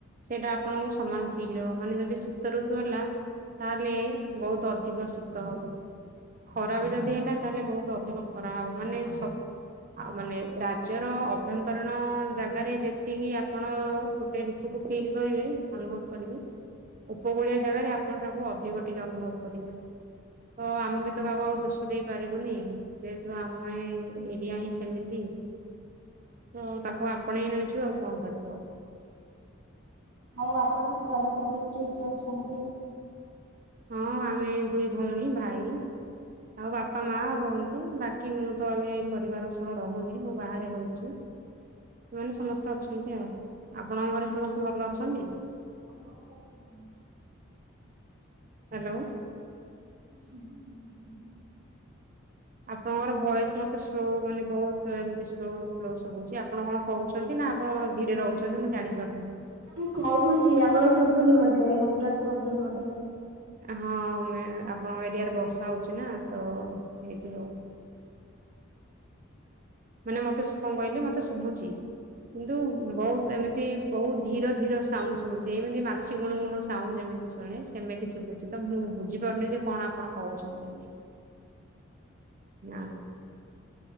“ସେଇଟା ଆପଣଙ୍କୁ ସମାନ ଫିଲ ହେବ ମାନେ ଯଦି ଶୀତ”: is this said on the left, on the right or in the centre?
Right